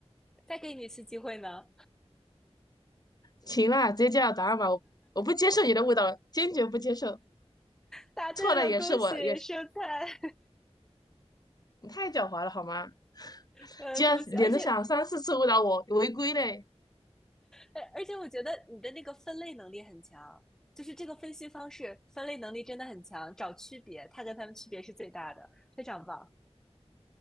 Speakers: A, in the centre; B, on the left (about 35°).
A: 再给你一次机会呢。
B: 行了，直接揭晓答案吧，我我不接受你的误导，坚决不接受。
A: 答对了，
B: 错了也是我，
A: 恭喜生菜，
B: 也是你太狡猾了好吗？
A: <laughs> 呃，
B: 竟然连着想三四次误导我，
A: 恭喜！而且，
B: 违规嘞！
A: 呃，而且我觉得你的那个分类能力很强，就是这个分析方式分类能力真的很强，找区别，它跟它们区别是最大的，非常棒。